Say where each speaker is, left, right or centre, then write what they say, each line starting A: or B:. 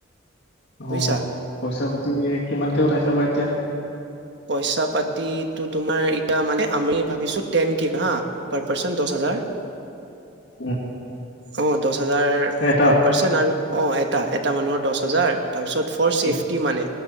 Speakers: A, on the right; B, on the left.
A: বুজিছা
B: অ, পইচা পাতি কিমানকে উঠাইছোবা এতিয়া।
A: পইচা, পাতি টো তোমাৰ এতিয়া মানে আমি ভাবিছো টেন, কেক হা। পাৰ, পাৰচন দহ হাজাৰ।
B: উম
A: অ, দহ হাজাৰ
B: এটা
A: পাৰ পাৰ্চন আৰু। অ, এটা এটা মানুহৰ দহ হাজাৰ। তাৰপিছত ফৰ চেফটি
B: উম
A: মানে।